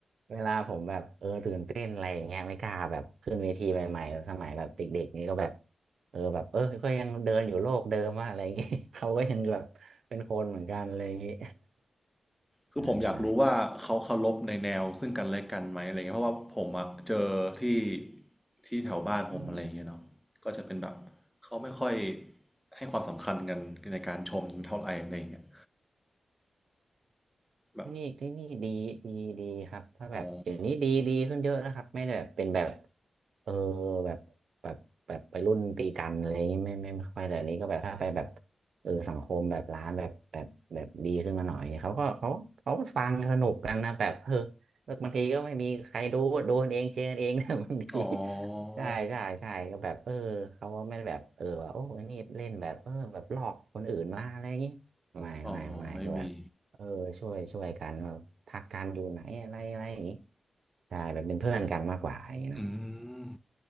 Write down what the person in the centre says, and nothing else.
คือผมอยากรู้ว่าเขาเคารพในแนวซึ่งกันและกันไหมอะไรเงี้ยเพราะว่าผมอะเจอที่ที่แถวบ้านผมอะไรเงี้ยเนาะก็จะเป็นแบบเขาไม่ค่อย
ให้ความสำคัญกันในการชมเท่าไหร่อะไรเงี้ย
แบบอ๋อ
อ๋อ
อ๋อไม่มี
อืม